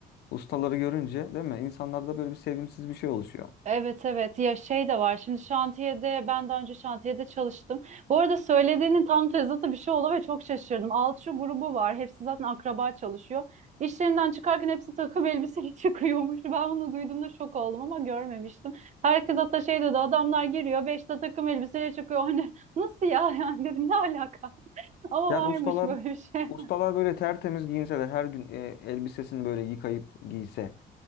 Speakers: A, on the left (about 70°); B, on the right (about 45°).
A: Ustaları görünce değil mi? İnsanlarda böyle bir sevimsiz bir şey oluşuyor.
B: Evet evet ya şey de var şimdi şantiyede ben daha önce şantiyede çalıştım. Bu arada söylediğinin tam tezatı bir şey oldu ve çok şaşırdım. Alçı grubu var hepsi zaten akraba çalışıyor. İşlerinden çıkarken hepsi takım elbiseli <laughs> çıkıyormuş. Ben bunu duyduğumda şok oldum ama görmemiştim. Herkes hatta şey dedi adamlar giriyor beşte takım elbiseyle çıkıyor. <laughs> Hani nasıl ya <laughs> yani dedim ne alaka <laughs> ama
A: Yani
B: varmış
A: ustalar
B: böyle bir şey.
A: ustalar böyle tertemiz giyinseler, her gün e, elbisesini böyle yıkayıp giyse,